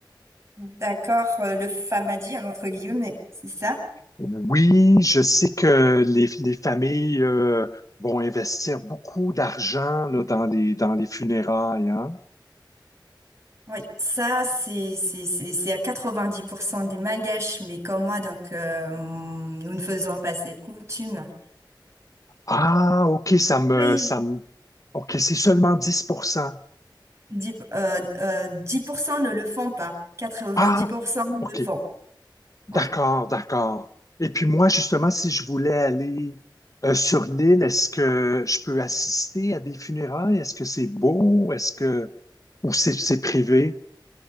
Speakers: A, on the right; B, on the left.
A: D'accord, euh, le Famadian, entre guillemets, c'est ça?
B: Oui, je sais que les, les familles, euh, vont investir beaucoup d'argent, là, dans les, dans les funérailles, hein.
A: Oui, ça, c'est, c'est, c'est, c'est à 90% des Malgaches, mais comme moi, donc euh, nous ne faisons pas cette coutume.
B: Ah, OK, ça me,
A: Oui.
B: ça me, OK, c'est seulement dix pour cent.
A: 10 euh, euh, 10% ne le font pas. 90%
B: Ah,
A: le
B: OK.
A: font.
B: D'accord,
A: Oui.
B: d'accord. Et puis moi, justement, si je voulais aller euh, sur l'île, est-ce que je peux assister à des funérailles? Est-ce que c'est beau? Est-ce que... Ou c'est c'est privé?